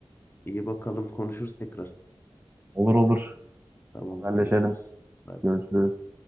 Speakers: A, on the left; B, on the right.
A: İyi bakalım konuşuruz tekrar.
B: Olur olur.
A: Tamam
B: Haberleşelim.
A: görüşürüz. Bay bay.
B: Görüşürüz.